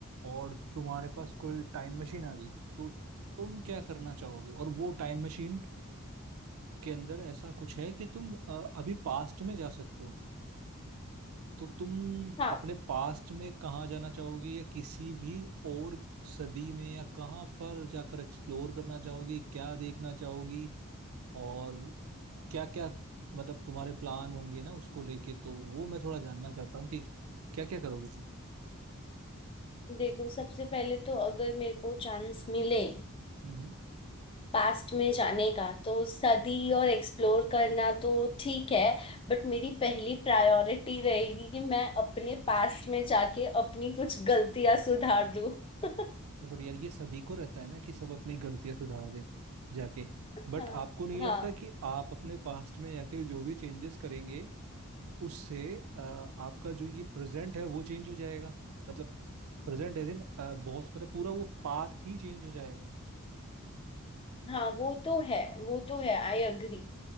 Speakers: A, on the right (about 75°); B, on the left (about 25°).
A: और तुम्हारे पास कोई टाइम मशीन आ गई तो तुम क्या करना चाहोगे और वो टाइम मशीन के अंदर ऐसा कुछ है कि तुम अ, अभी पास्ट में जा सकते हो तो तुम
B: हाँ
A: अपने पास्ट में कहाँ जाना चाहोगे या किसी भी और सदी में या कहाँ पर जाकर एक्सप्लोर करना चाहोगी क्या देखना चाहोगी और क्या क्या मतलब तुम्हारे प्लान होंगे ना उसको लेके तो वो मैं थोड़ा जानना चाहता हूँ कि क्या क्या करोगे तुम
B: देखो सबसे पहले तो अगर मेरे को चांस मिले
A: हम्म हम्म।
B: पास्ट में जाने का तो सदी और एक्सप्लोर करना तो ठीक है बट मेरी पहली प्रायोरिटी रहेगी कि मैं अपने पास्ट में जाके अपनी कुछ गलतियां सुधार दूं <laughs>
A: मतलब यार ये सभी को रहता है ना कि सब अपनी गलतियां सुधार दें जाके बट
B: हाँ
A: आपको नहीं
B: हाँ
A: लगता कि आप अपने पास्ट में जाके जो भी चेंजेस करेंगे उससे अ, आपका जो ये प्रेजेंट है वो चेंज हो जाएगा मतलब प्रेजेंट एज इन बहुत मतलब पूरा वो पाथ ही चेंज हो जाएगा
B: हाँ वो तो है वो तो है आई अग्री